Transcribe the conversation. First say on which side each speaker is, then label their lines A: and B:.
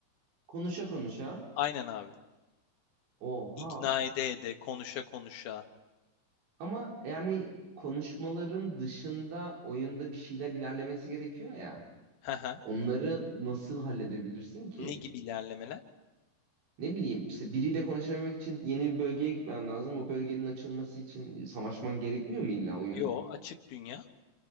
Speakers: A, on the right (about 75°); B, on the left (about 60°).
A: konuşa konuşa.
B: Aynen abi.
A: Oha.
B: İkna ede ede, konuşa konuşa.
A: Ama yani konuşmaların dışında oyunda bir şeyler ilerlemesi gerekiyor ya.
B: <laughs> Haha.
A: Onları nasıl halledebilirsin ki?
B: Ne gibi ilerlemeler?
A: Ne bileyim işte biriyle konuşabilmek için yeni bir bölgeye gitmen lazım. O bölgenin açılması için savaşman gerekmiyor mu illa oyun?
B: Yo, açık dünya.